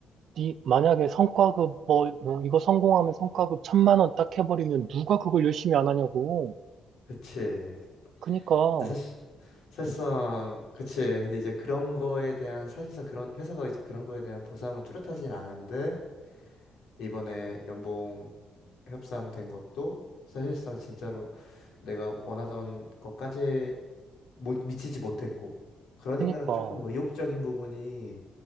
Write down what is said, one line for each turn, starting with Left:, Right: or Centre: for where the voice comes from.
Right: 니, 만약에 성과급, 뭐, 뭐, 이거 성공하면 성과급 천만 원 딱 해버리면 누가 그걸 열심히 안 하냐고.
Left: 그치
Right: 그니까, 어,
Left: 근데 사실 사실상 그치 근데 이제 그런 거에 대한 사실상 그런 회사가 이제 그런 거에 대한 보상은 뚜렷하진 않은데 이번에 연봉 협상된 것도 사실상 진짜로 내가 원하던 것까지 못 미치지 못했고 그러니까는
Right: 그니까.
Left: 조금 의욕적인 부분이